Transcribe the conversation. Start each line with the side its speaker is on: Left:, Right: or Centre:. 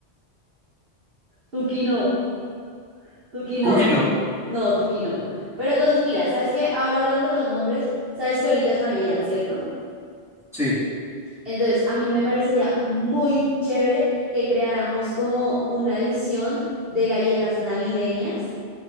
Right: tuki no, tuki no,
Centre: Cookie no.
Right: no, tuki no. Pero entonces, mira, ¿sabes qué? Ahora hablando de los nombres, sabes que ahorita es Navidad, ¿cierto?
Centre: Sí.
Right: Entonces, a mí me parecería muy chévere que creáramos como una edición de galletas navideñas